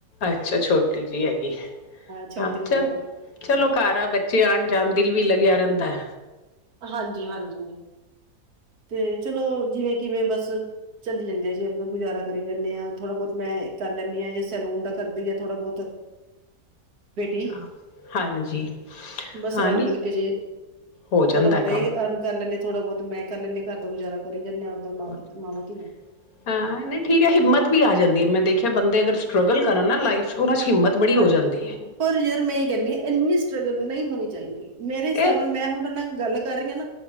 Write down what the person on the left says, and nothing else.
ਅੱਛਾ, ਛੋਟੀ ਜਿਹੀ ਹੈਗੀ।
ਹਾਂ
ਚੱਲ
ਚਲੋ ਘਰ ਆ ਬੱਚੇ ਆਣ-ਜਾਣ
ਦਿਲ ਵੀ ਲੱਗਿਆ ਰੈਂਦਾ ਐ।
ਹਾਂ, ਹਾਂਜੀ
ਹਾਂ
ਨਹੀਂ
ਹੋ ਜਾਂਦਾ
ਕੰਮ
ਓਰ ਚਲਦਾ
ਏ।
ਹਾਂ ਨਈ ਠੀਕ ਐ ਹਿੰਮਤ ਵੀ ਆ ਜਾਂਦੀ ਏ। ਮੈਂ ਦੇਖਿਆ ਬੰਦੇ ਅਗਰ ਸਟਰਗਲ ਕਰਨ ਨਾ ਲਾਈਫ ਚ ਓਨਾਂ 'ਚ ਹਿੰਮਤ ਬੜੀ
ਹੋ ਜਾਂਦੀ ਹੈ।
ਇਹ